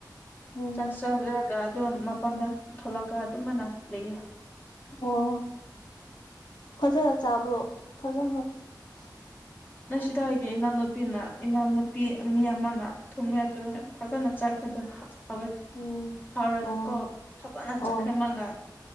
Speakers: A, on the left; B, on the left.
A: ꯎꯝ
B: ꯆꯥꯛꯆꯔꯒ ꯑꯗꯨꯝ ꯃꯄꯜꯗ ꯊꯣꯛꯂꯛꯒ ꯑꯗꯨꯝꯕꯅ ꯂꯩꯌꯦ꯫
A: ꯑꯣ ꯐꯖꯅ ꯆꯥꯕ꯭ꯔꯣ ꯐꯖꯅ <inaudible>
B: ꯅ ꯁꯤꯗ <unintelligible> ꯏꯅꯥꯎꯅꯨꯄꯤꯅ ꯏꯅꯥꯎꯅꯨꯄꯤ ꯃꯤ ꯑꯃꯅ ꯊꯣꯡꯉꯦ ꯑꯗꯨ ꯐꯖꯅ ꯆꯥꯈ꯭ꯔꯦꯗ꯫ ꯍꯥꯎꯋꯦ
A: ꯎꯝ
B: ꯍꯧꯔꯒ
A: ꯑꯣ
B: ꯀꯣ ꯐꯖꯅ
A: ꯑꯣ
B: ꯆꯠꯈ꯭ꯔꯦ ꯃꯥꯅ